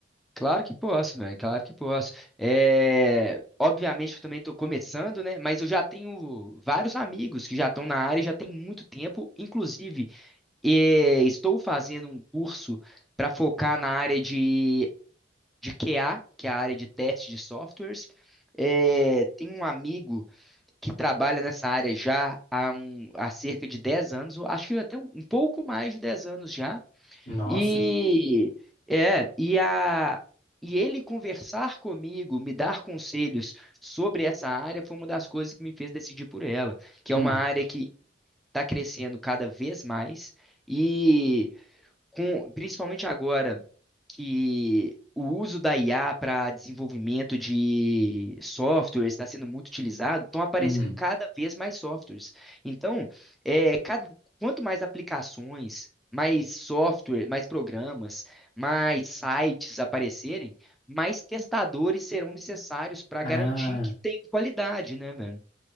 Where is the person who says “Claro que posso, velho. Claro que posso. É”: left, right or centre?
Centre